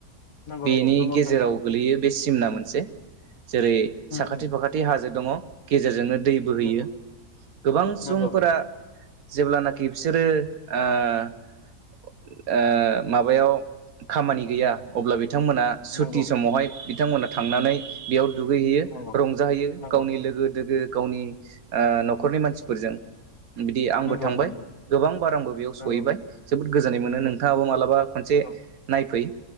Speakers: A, on the left; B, on the right.
A: नंगौ
B: बेनि
A: नंगौ नंगौ
B: गेजेराव
A: नोंथां नंगौ
B: गोलैयो बे सिमना मोनसे जेरै साखाथि
A: उम उम
B: फाखाथि हाजो दङ गेजेरजोंनो दै बोहैयो
A: नंगौ
B: गोबां सुबुंफोरा
A: नंगौ
B: जेब्लानाखि बिसोरो ओ ओ माबायाव खामानि गैया अब्ला बिद बिथांमोना सुटि
A: नंगौ
B: समावहाय बिथांमोना थांनानै बेयाव दुगैहैयो
A: नंगौ
B: रंजाहैयो
A: नंगौ
B: गावनि लोगो दोगो गावनि ओ न'खरनि मानसिफोरजों बिदि आंबो
A: नंगौ
B: थांबाय
A: नोंथां
B: गोबां बार आंबो बेयाव
A: नंगौ
B: सहैबाय जोबोद गोजोननाय मोनो
A: नंगौ
B: नोंथाङाबो मालाबा खनसे
A: नंगौ
B: नायफै